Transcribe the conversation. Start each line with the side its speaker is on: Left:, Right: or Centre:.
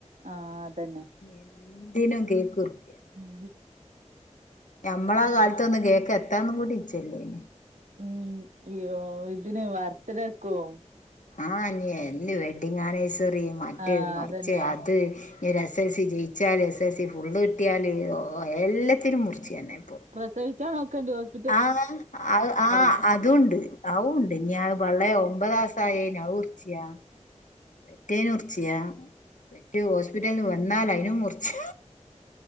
Right: ആഹ് അതന്നെ.
Left: എന്തിനും കേക്ക് മുറിക്
Right: ഏഹ്.
Left: ഞമ്മള കാലത്തൊന്നു കേക്കത്താ കൂടി ഇച്ചല്ലേനു.
Right: ഉം യോ ഇതിന് വർത്ത്ടേക്കും
Left: ആഹ് ഇനി എന്ത് വെഡ്ഡിങ് ആനിവേഴ്സറി മറ്റേ
Right: ആഹ്
Left: മറച്ചെ
Right: അതന്നെ
Left: അത് ഒരു എസ് എൽ സി ജയിച്ചാല് എസ് എൽ സി ഫുള്ള് കിട്ടിയാല് ഓഹ് എല്ലത്തിനും മുറിച്ച് തന്നെ ഇപ്പോ.
Right: പ്രസവിച്ചാ നോക്കണ്ടി ഹോസ്
Left: ആഹ് അഹ് ആഹ് അതൂണ്ട്. അവൂണ്ട്. ഇഞ്ഞിയാ വെള്ളേ ഒമ്പതാസയ്ന് അത് മുർച്ചിയാ. പെറ്റേനുർച്ചിയാ പെറ്റേ ഹോസ്പിറ്റൽന്ന് വന്നാലയിനും മുർച്ചി